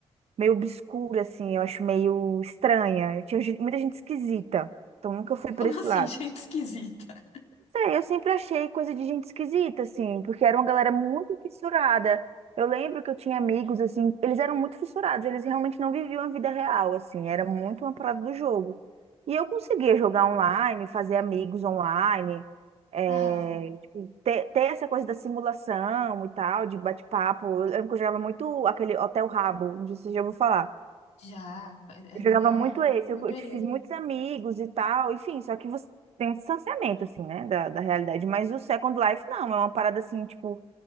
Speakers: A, on the right; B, on the left.
A: meio obscura, assim, eu acho meio estranha. Tinha gente- muita gente esquisita, então nunca fui por
B: Como
A: esse
B: assim,
A: lado.
B: <laughs> gente esquisita?
A: Sei, eu sempre achei coisa de gente esquisita, assim, porque era uma galera muito fissurada. Eu lembro que eu tinha amigos, assim, eles eram muito fissurados, eles realmente não viviam a vida real, assim, era muito uma parada do jogo. E eu conseguia jogar online, fazer amigos online, é,
B: Aham,
A: tipo, ter, ter essa coisa da simulação e tal, de bate-papo. Eu lembro que eu jogava muito aquele Hotel Rabo, não sei se você já ouviu falar.
B: já, é,
A: Eu
B: é da
A: jogava
B: minha,
A: muito
B: do meu
A: esse,
B: meu
A: eu, eu
B: período.
A: te fiz muitos amigos e tal, enfim, só que você tem um distanciamento, assim, né, da, da realidade. Mas o Second Life, não, é uma parada, assim, tipo,